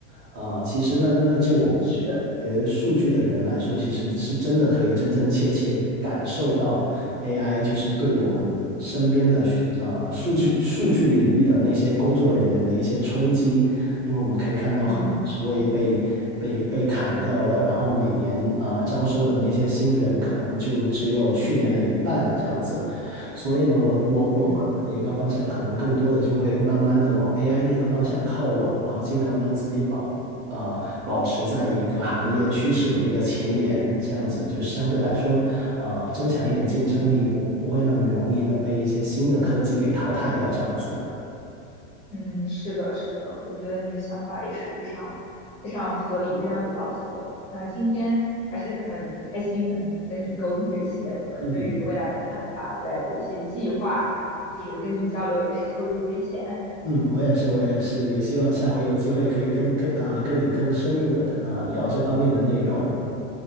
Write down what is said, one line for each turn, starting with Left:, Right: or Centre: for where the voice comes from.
Right: 啊、其实那那就我们
Left: 嗯，是的，
Right: 学数据的人来说，其实是真的可以真真切切感受到 AI 就是对我们身边的啊、
Left: 嗯。
Right: 呃数据数据领域的那些工作人员的一些冲击。因为我们可以看到很多职位被被被砍掉了，
Left: 嗯
Right: 然后每年啊、呃招收的那些新人可能就只有去年的一半了这样子，所以呢，我我我个人的一个方向可能更多的就会慢慢的往
Left: 嗯。
Right: AI 那个方向靠拢，然后尽量让自己保呃保持在一个行业趋势的一个前沿，这样子就相对来说呃增强一点竞争力，不不会那么容易的被一些新的科技给淘汰掉这样子。
Left: 嗯，是的，是的，我觉得你的想法也是非常非常合理，非常有帮助的。那今天还是很开心能跟你沟通这些，我们对于未来的看法、
Right: 嗯，
Left: 未来的一些计划，就是跟你交流也是受益匪浅。
Right: 嗯，我也是，我也是，也希望下回有机会可以跟跟呃跟你更深入的呃聊这方面的内容。